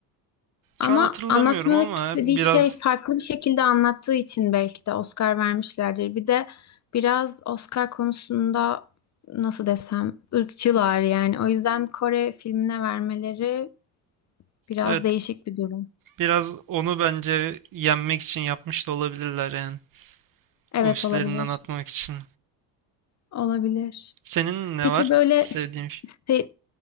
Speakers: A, on the left (about 40°); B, on the right (about 50°).
A: Ama
B: Şu an hatırlamıyorum
A: anlatmak
B: ama
A: istediği
B: biraz
A: şey farklı bir şekilde anlattığı için belki de Oscar vermişlerdir. Bir de biraz Oscar konusunda nasıl desem ırkçılar yani. O yüzden Kore filmine vermeleri biraz
B: evet
A: değişik bir durum.
B: biraz onu bence yenmek için yapmış da olabilirler yani.
A: Evet
B: O üstlerinden
A: olabilir.
B: atmak için.
A: Olabilir.
B: Senin ne
A: Peki
B: var?
A: böyle
B: Sevdiğin
A: se-